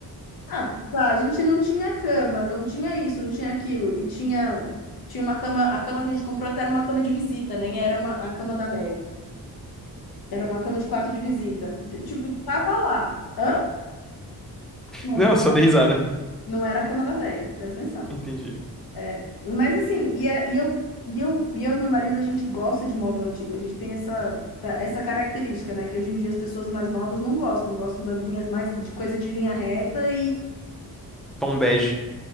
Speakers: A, on the left; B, in the centre.
A: Ah, pá, a gente não tinha cama, não tinha isso, não tinha aquilo. E tinha, tinha uma cama, a cama que a gente comprou até era uma cama de visita, nem era uma, a cama da véia. Era uma cama de quarto de visita. T- Tipo, tava lá. Hã? Não,
B: Não,
A: não
B: só
A: era,
B: dei risada.
A: não era a cama da véia, presta atenção.
B: Entendi.
A: É, mas assim, e, é- e eu, e eu, e eu e meu marido, a gente gosta de móvel antigo, a gente tem essa, essa característica, né? Que hoje em dia as pessoas mais novas não gostam, gostam das linhas mais, de coisa de linha reta
B: Tom bege.